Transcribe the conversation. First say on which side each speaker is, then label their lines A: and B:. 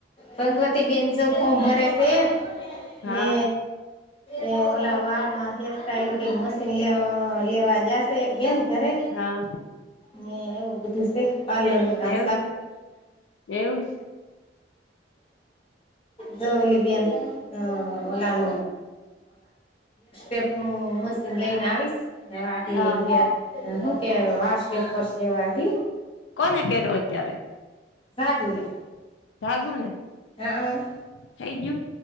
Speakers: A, on the left; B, on the left.
A: ભગવતી બેેન તો ફોમ ભરે છે
B: હા
A: ને એ ઓલા વાળમાં હેર સ્ટાઈલ કઈક મશીન લે લેવા જશે એક બેન ઘરે
B: હા
A: ને એવું બધું છે પાર્લર નું કામ
B: એવું છે એવું છે.
A: જોલીબન હમ ઓલા ન ઓેપ નું મશીન લઈને આવીશી
B: હા
A: શું કે વા સ્ટેપ કરશેવધી
B: કોન એકે રો એચ્યારે
A: ભાગુંને
B: ભાગું ને.
A: હે હ
B: થઈજું?